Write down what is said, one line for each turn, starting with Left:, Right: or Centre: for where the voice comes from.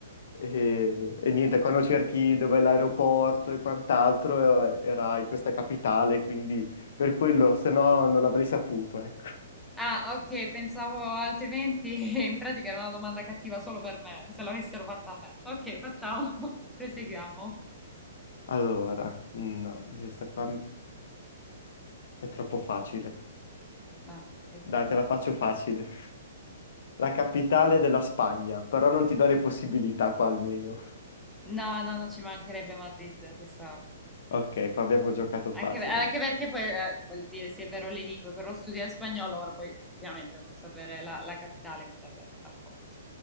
Left: E, e niente, quando cerchi dove è l'aeroporto e quant'altro, eh, era in questa capitale, quindi per quello, se no non l'avrei saputo, ecco.
Centre: Ah, ok, pensavo altrimenti <laughs> in pratica era una domanda cattiva solo per me, se l'avessero fatta a me. Ok, facciamo. <laughs> Proseguiamo.
Left: Allora, no, questa qua è troppo facile.
Centre: Ma, ecco.
Left: Dai, te la faccio facile. La capitale della Spagna, però non ti do le possibilità qua almeno.
Centre: No, no, no, ci mancherebbe Madrid, questa
Left: Ok, qua abbiamo giocato facile.
Centre: Anche, anche perché poi, eh, voglio dire, sì, è vero le lingue, però studiare spagnolo ora poi effettivamente non sapere la, la capitale mi sarebbe andata un po',